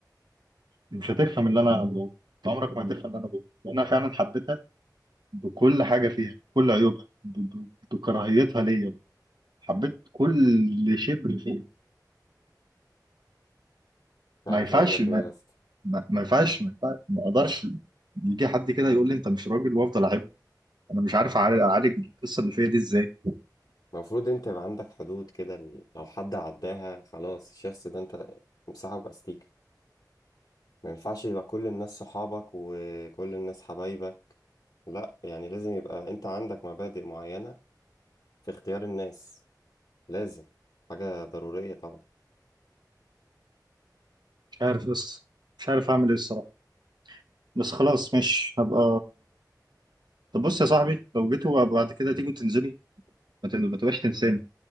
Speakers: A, on the right; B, on the left.
A: مش هتفهم اللي انا بقوله انت عمرك ما هتفهم اللي انا بقوله لان انا فعلا حبيتها بكل حاجه فيها بكل عيوبها ب- ب- بكراهيتها ليا حبيت كل شبر فيها
B: مش
A: ما
B: عارف
A: ينفعش
B: اقول لك
A: ما
B: ايه يا اسطى
A: ما ينفعش ما ينفعش ما اقدرش يجي حد كده يقول لي انت مش راجل وافضل اعب انا مش عارف أعالج أعالج القصه اللي فيا دي ازاي
B: المفروض انت يبقى عندك حدود كده ال- لو حد عداها خلاص الشخص ده انت امسحه باستيكة ما ينفعش يبقى كل الناس صحابك وكل الناس حبايبك لا يعني لازم يبقى انت عندك مبادئ معينة في اختيار الناس لازم حاجة ضرورية طبعا
A: مش عارف بس مش عارف اعمل ايه الصراحه بس خلاص مش هبقى طب بص يا صاحبي لو جيتوا بعد كده تيجوا تنزلي ما تب- ما تبقاش تنساني